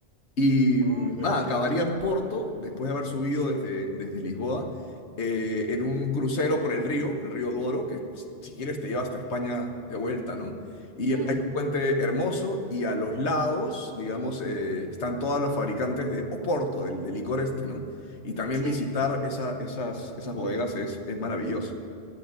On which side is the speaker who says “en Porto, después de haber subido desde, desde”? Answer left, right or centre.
Left